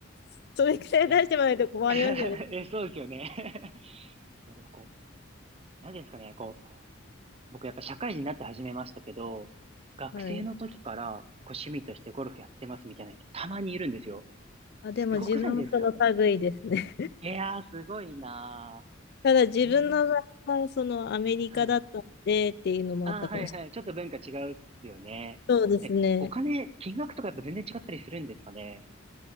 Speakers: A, on the left; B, on the right.
A: <laughs> それくらい出してもらわないと困りますよね。
B: いや、<laughs> え、そうですよね。<laughs> いや、でもこう、何ですかね、こう、僕やっぱ社会人になって始めましたけど、学生の時からこう趣味としてゴルフやってますみたいな人たまにいるんですよ。
A: はい。あ、
B: すごくないですか
A: でも自分もその類ですね。
B: いやー、すごいな
A: <laughs> ただ自分の場合はそのアメリカだったんでっていうのもあったかもしれ
B: ー。ええはい。あーはいはい。ちょっと文化違うっすよね。
A: ない。そうですね。
B: え、お金、金額とかやっぱ全然違ったりするんですかね